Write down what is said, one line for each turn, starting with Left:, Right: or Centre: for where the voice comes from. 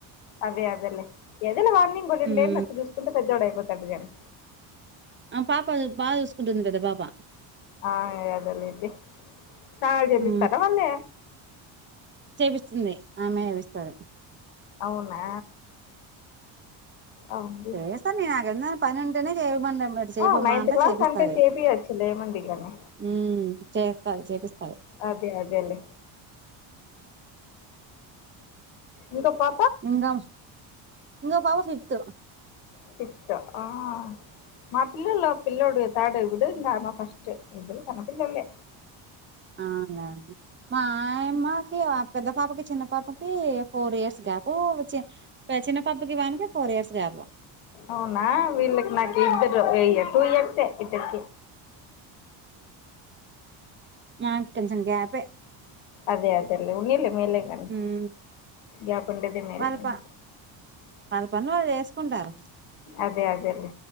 Left: అదే అదేలే ఎదలే వాని ఇంగో రెండేళ్లు
Right: మ్మ్
Left: అట్టు చూసుకుంటే పెద్దోడయిపోతాడు కానీ
Right: ఆ పాప బాగా చూసుకుంటుంది పెద్ద పాప
Left: ఆ అదేలెండి స్నానాలు చేపిస్తారా
Right: హ్మ్.
Left: మళ్ళే
Right: చేపిస్తుంది ఆమె చేపిస్తారు
Left: అవునా అవునులే
Right: చేసాను నేను నాకేందన్న పని ఉంటేనే చే మ మీరు చేబమ్మా
Left: ఆ నైన్త్
Right: అంటే
Left: క్లాస్
Right: చేపిస్తది
Left: చేపియచ్చులే ఏముంది గాని
Right: ఊ చేస్తాది చేపిస్తది
Left: అదే అదేలే ఇంకా పా
Right: ఇంగా ఇంగ పాప ఫిఫ్త్
Left: సిక్స్త్ ఆ మా పిల్లోళ్ళు పిల్లోడు తర్డు ఇబుడు మా ఫస్ట్ ఇద్దరు సన్న పిల్లొల్లే
Right: అవునులేండి మా ఆయమ్మకి పెద్ద పాపకి చిన్న పాపకి ఫోర్ ఇయర్స్ గ్యాప్ వచ్చే చిన్న పాపకి వానికి ఫోర్ ఇయర్స్ గ్యాపు
Left: అవునా వీళ్ళకి నాకు ఇద్దరు టూ ఇయర్సే ఇద్దరుకి
Right: మాకెం కొంచం గ్యాపే
Left: అదే అదేల్ ఉన్నీలే మేలే గనీ
Right: ఉమ్
Left: గ్యాపుఉండేదే మేలే
Right: వాళ్ళ
Left: గని
Right: ప వాళ్ళ పనులు వాళ్ళు చేసుకుంటారు
Left: అదే అదేలే